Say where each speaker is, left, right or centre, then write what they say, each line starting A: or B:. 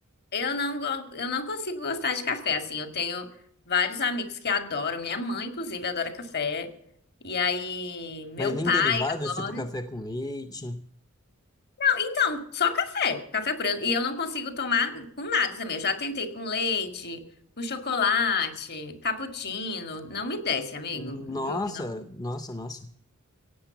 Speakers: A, on the left; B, on the left.
A: Eu não, go- eu não consigo gostar de café, assim. Eu tenho vários amigos que adoram. Minha mãe, inclusive, adora café. E aí, meu
B: Mas nem
A: pai
B: derivados,
A: adora.
B: tipo café com leite.
A: Não, então, só café. Café preto. E eu não consigo tomar com nada também. Eu já tentei com leite, com chocolate, cappuccino. Não me desce, amigo.
B: Nossa,
A: Juro, não.
B: nossa, nossa.